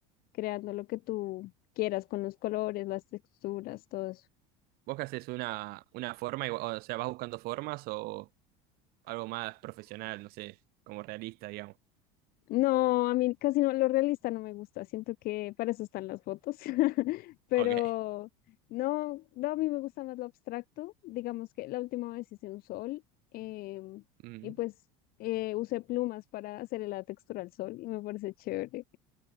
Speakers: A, on the left; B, on the right.
A: creando lo que tú quieras con los colores, las texturas, todo eso.
B: ¿Vos qué haces una, una forma, igual- o sea, vas buscando formas o algo más profesional, no sé, como realista, digamos?
A: No, a mí casi no, lo realista no me gusta, siento que para eso están las fotos, <laughs> pero
B: Ok.
A: no, no, a mí me gusta más lo abstracto, digamos que la última vez hice un sol em,
B: Mm,
A: y pues eh, usé plumas para hacerle la textura al sol y me parece chévere